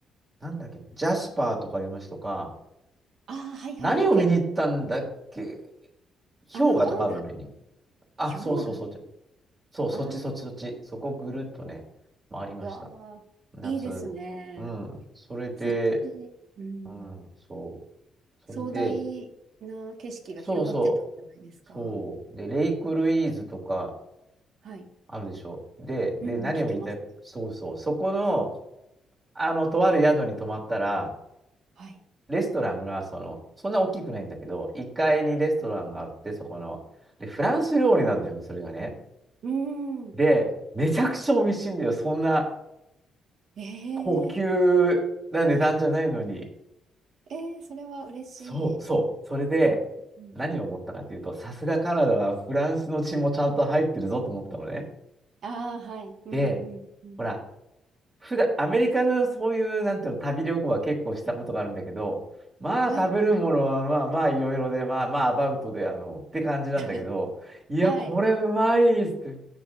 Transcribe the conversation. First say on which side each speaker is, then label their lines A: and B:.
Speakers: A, on the right (about 30°); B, on the right (about 65°).
A: なんだっけ、ジャスパーとかいう街とか、
B: あーはいはいはい。
A: 何を見に行ったんだっけ、
B: け、あの、
A: 氷河とかあるあの辺に。
B: バンフ、
A: あ、
B: 氷河。
A: そうそうそう。そう、そっちそっちそっち。
B: あ
A: そこぐるっとね、回りました。
B: あ、わあ、
A: 夏。
B: いいですね。
A: うん。それで、
B: そっち、うん。
A: うん、そう。それで、
B: 壮大な景色が広がってたんじゃないですか
A: そうそう。そう。で、レイクルイーズとか
B: はい。
A: あるでしょ。で、で、
B: うん、
A: 何を言いたい、
B: 聞きますね。
A: そうそう。そこの、あの、とある宿に泊まったら、
B: はい。
A: レストランが、その、そんな大きくないんだけど、1階にレストランがあって、そこの。で、フランス料理なんだよね、それがね。
B: うん。
A: で、めちゃくちゃ美味しいんだよ。そんな、
B: ええ
A: 高級な値段じゃないのに。
B: ええそれは嬉しい。
A: そうそう。それで、
B: うん。うん、
A: 何を思ったかというと、さすがカナダはフランスの血もちゃんと入ってるぞと思ったのね。
B: あーはい。うん、
A: で、
B: うん、うん。
A: ほら、普段、アメリカのそういう、なんていうの、旅旅行は結構したことがあるんだけど、まあ食べるものはまあまあいろいろで、
B: はい。
A: まあまあアバウトで、あの、って感じなんだけど、
B: <laughs>
A: いや、
B: はい。
A: これうまいっすって。